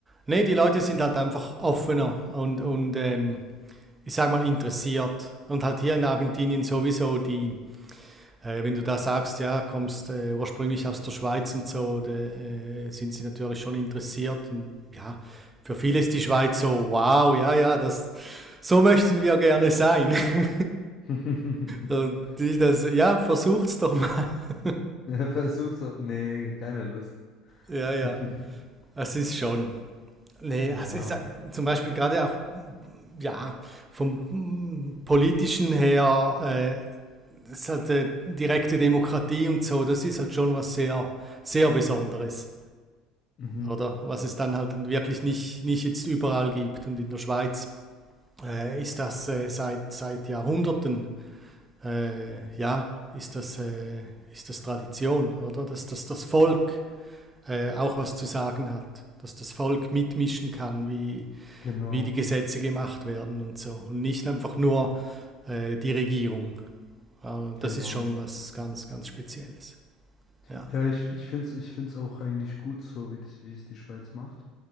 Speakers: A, on the right (about 20°); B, on the left (about 50°).
A: Nee, die Leute sind halt einfach offener und, und ähm, ich sag mal interessiert. Und halt hier in Argentinien sowieso die, äh, wenn du da sagst, ja, kommst äh, ursprünglich aus der Schweiz und so, da, äh, sind sie natürlich schon interessiert. Und, ja, für viele ist die Schweiz so, wow, ja, ja, das, so möchten wir gerne sein. <laughs>
B: <laughs>
A: Und die das, ja, versucht's doch mal. <laughs>
B: Versuch so. Nee, keine Lust.
A: Ja, ja,
B: <laughs>
A: es ist schon. Nee,
B: Ja,
A: also ich sag, zum Beispiel gerade auch ja, vom mm, politischen her, äh, ist halt äh, direkte Demokratie und so, das ist halt schon was sehr, sehr Besonderes,
B: mhm,
A: oder? Was es dann halt wirklich nicht, nicht jetzt überall gibt. Und in der Schweiz äh, ist das äh, seit, seit Jahrhunderten äh, ja, ist das, äh, ist das Tradition, oder? Dass, dass das Volk äh, auch was zu sagen hat, dass das Volk mitmischen kann, wie,
B: genau,
A: wie die Gesetze gemacht werden und so. Und nicht einfach nur äh, die Regierung. Äh,
B: genau.
A: das ist schon was ganz, ganz Spezielles. Ja.
B: Ja, ich, ich finde es ich find's auch eigentlich gut so, wie, das- wie es die Schweiz macht.